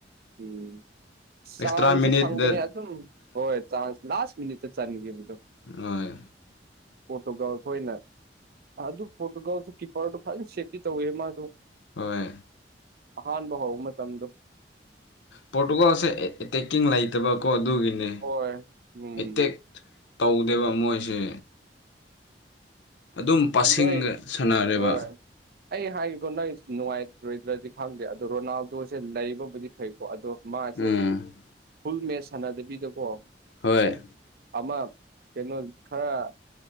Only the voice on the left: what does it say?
ꯑꯦꯛꯁꯇ꯭ꯔꯥ ꯃꯤꯅꯤꯠꯗ
ꯍꯣꯢ
ꯍꯣꯏ
ꯄꯣꯔꯇꯨꯒꯜꯁꯦ ꯇꯦꯛꯀꯤꯡ ꯂꯩꯇꯕ ꯀꯣ ꯑꯗꯨꯒꯤꯅꯦ
ꯑꯦꯇꯦꯛ ꯇꯧꯗꯦꯕ ꯃꯣꯏꯁꯦ ꯑꯗꯨꯝ ꯄꯥꯁꯤꯡꯒ
ꯁꯥꯟꯅꯔꯦꯕ
ꯎꯝ
ꯍꯣꯏ